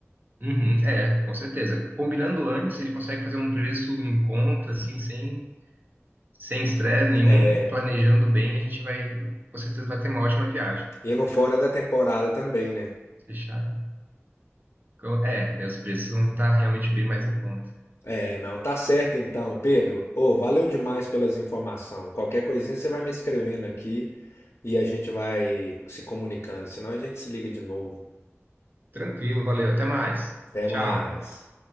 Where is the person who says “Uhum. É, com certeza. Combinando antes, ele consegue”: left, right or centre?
Right